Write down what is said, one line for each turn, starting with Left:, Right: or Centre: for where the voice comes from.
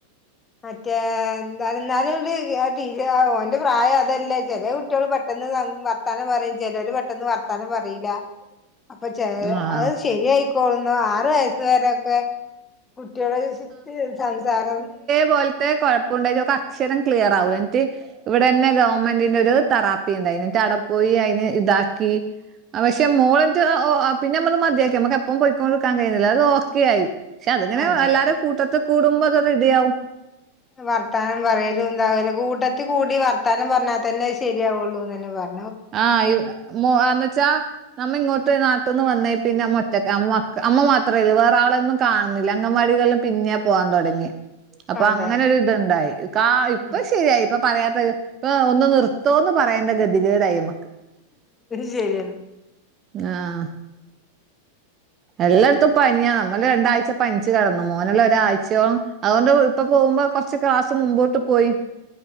Left: മറ്റേ എന്താ ഇന്നാലും <unintelligible> ഓന്റെ പ്രായം അതല്ലേ ചെറ്യേ കുട്ട്യോള് പെട്ടെന്ന് പറ വർത്താനം പറയും ചെലോര് പെട്ടെന്ന് വർത്താനം പറയില്ല
Right: <inaudible>
Left: അപ്പൊ ചെ
Right: ആഹ്
Left: അത് ശരിയായിക്കോളുന്നു ആറ് വയസ്സ് വരൊക്കെ കുട്ടികളെ <unintelligible> സംസാരം
Right: പോൽത്തെ കുഴപ്പമുണ്ടെലും അക്ഷരം ക്ലിയർ ആകൂ എന്നിട്ട് ഇവിടെന്നെ ഗവൺമെന്റിന്റെ ഒരു തറാപ്പി ഉണ്ടായിന് ന്ന്ട്ട് അട പോയി അതിന് ഇതാക്കി പക്ഷെ മോളിൻ്റെ ഓ- ഓ പിന്നെ നമ്മള് മതിയാക്കി നമ്മുക്ക് എപ്പം പൊയിക്കോണ്ട് നിക്കാൻ കയിയുന്നില്ലല്ലോ അത് ഓക്കെ ആയി പക്ഷെ അതിങ്ങനെ
Left: അതെ
Right: എല്ലാരും കൂട്ടത്ത് കൂടുമ്പോ അത് റെഡിയാകും.
Left: വർത്താനം പറയലും ഇണ്ടാവൂല കൂട്ടത്തിൽ കൂടി വർത്താനം പറഞ്ഞാ തന്നെ ശരിയാവുള്ളൂന്ന് തന്നെ പറഞ്ഞു.
Right: ആഹ് യു മൊ എന്ന് വച്ചാ നമ്മ ഇങ്ങോട്ട് നാട്ടിന്ന് വന്നേ പിന്നെമ്മ ഒറ്റക്ക അമ്മ മാത്രേള്ളൂ വേറെ ആളൊന്നും കാണുന്നില്ല അങ്കൻവാടീലെല്ലാം പിന്നെ പോവാൻ തുടങ്ങി. അപ്പൊ
Left: അതെ
Right: അങ്ങനൊ ഒരു ഇത്ണ്ടായി കാ ഇപ്പൊ
Left: ഉം
Right: ശരിയായി ഇപ്പൊ പറയാത്തത് ഇപ്പൊ ഒന്ന് നിർത്തോന്ന് പറയേണ്ട ഗതികേടായി നമ്മക്ക്
Left: ശരിയന്നെ
Right: ആഹ് എല്ലാട്ത്തും പനിയാ നമ്മള് രണ്ടാഴ്ച്ച പനിച്ച് കെടന്നു മോനല്ലാം ഒരാഴ്ച്ചയോളം അതുകൊണ്ട് വീ ഇപ്പൊ പോവുമ്പോ കൊർച്ച് ക്ലാസ് മുമ്പോട്ട് പോയി.